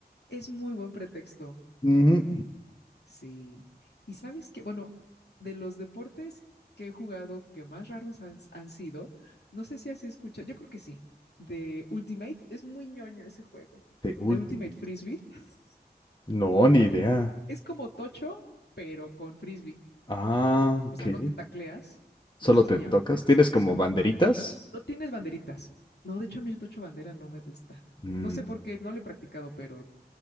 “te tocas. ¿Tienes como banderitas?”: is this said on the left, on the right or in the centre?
Left